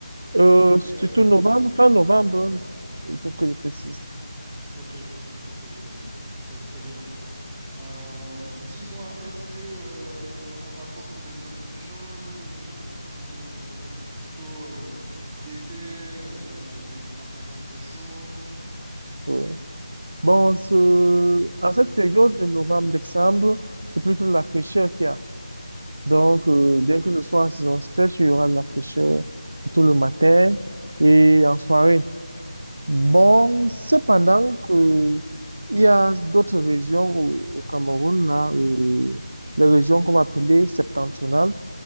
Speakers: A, on the right (about 75°); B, on the right (about 15°).
A: Euh,
B: Et,
A: surtout
B: euh,
A: novembre, fin novembre, il faut que je précise.
B: ok, ok, ok, ben, très, très bien. Euh, dis-moi, est-ce que, euh, on apporte des affaires chaudes ou on, on arrive avec des affaires plutôt, euh, d'été? euh, là, il, il fera quand même assez chaud.
A: Oui. Bon, ce, en cette période de novembre, décembre, c'est plutôt la fraîcheur qu'il y a. Donc,
B: Mhm.
A: euh, bien que ce soit en saison sèche, il y aura de la fraîcheur tout le matin et en soirée. Bon, cependant que il y a d'autres régions au, au Cameroun, là,
B: <clears throat>
A: euh, les régions qu'on va appeler septentrionales,